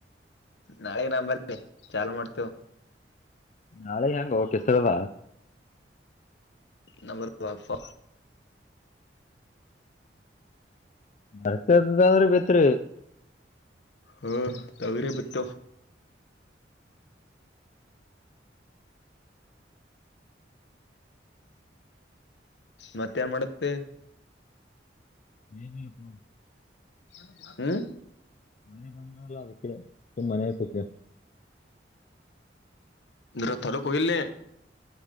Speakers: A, on the left (about 70°); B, on the left (about 40°).
A: ನಾಳೆ ನರಿ ಚಾ ಮಾಡ್ತೇವ
B: ನಾಳೆ ಹೆಂಗ ಹೋಗಕ್ತರಲ್ಲ
A: ನಂಬರ್ಪ
B: ನರ್ತತದಂದ್ರೆ ಬಿತ್ರಿ
A: ಹಾ ತಾವರಿ ಬತ <unintelligible> ಮತ್ತೆ ಮಾಡಡಕ್ಕೆ
B: ಏನುಪ್ಪ
A: <unintelligible> ರ
B: ಮಳೆ ಬಂದಲ್ಲ ಅದಕ್ಕೆ ಮನೆ ಕೂತ
A: ರಥರು ಕಹಲ